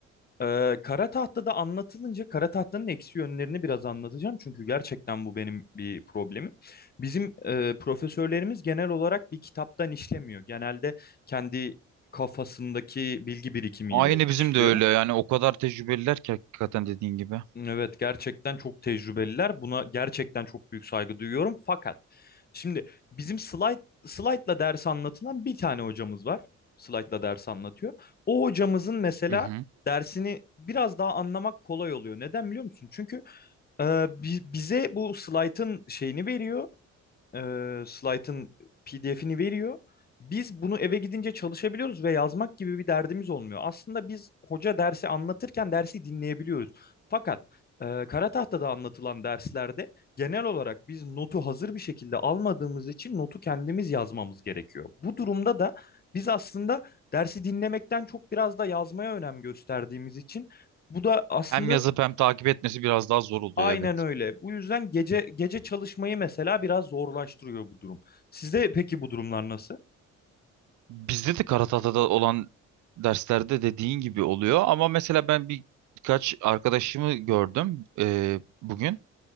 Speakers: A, on the left (about 30°); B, on the right (about 70°).
A: Ee, Kara Tahta'da anlatılınca Kara Tahta'nın eksi yönlerini biraz anlatacağım. Çünkü gerçekten bu benim bir problemim. Bizim e, profesörlerimiz genel olarak bir kitaptan işlemiyor. Genelde kendi kafasındaki bilgi birikimiyle
B: Aynı
A: işliyor.
B: bizim de öyle yani o kadar tecrübeliler ki hakikaten dediğin gibi.
A: Evet gerçekten çok tecrübeliler. Buna gerçekten çok büyük saygı duyuyorum. Fakat şimdi bizim slide slide'la ders anlatılan bir tane hocamız var. Slide'la ders anlatıyor. O hocamızın mesela
B: Hı hı.
A: dersini biraz daha anlamak kolay oluyor. Neden biliyor musun? Çünkü e, bi- bize bu slide'ın şeyini veriyor e, slaytın PDF'ini veriyor. Biz bunu eve gidince çalışabiliyoruz ve yazmak gibi bir derdimiz olmuyor. Aslında biz hoca dersi anlatırken dersi dinleyebiliyoruz. Fakat e, kara tahtada anlatılan derslerde genel olarak biz notu hazır bir şekilde almadığımız için notu kendimiz yazmamız gerekiyor. Bu durumda da biz aslında dersi dinlemekten çok biraz da yazmaya önem gösterdiğimiz için bu da aslında
B: Hem yazıp hem takip etmesi biraz daha zor oluyor
A: Aynen
B: evet.
A: öyle. Bu yüzden gece gece çalışmayı mesela biraz zorlaştırıyor bu durum. Sizde peki bu durumlar nasıl?
B: Bizde de Karatata'da olan derslerde dediğin gibi oluyor ama mesela ben bir birkaç arkadaşımı gördüm e, bugün.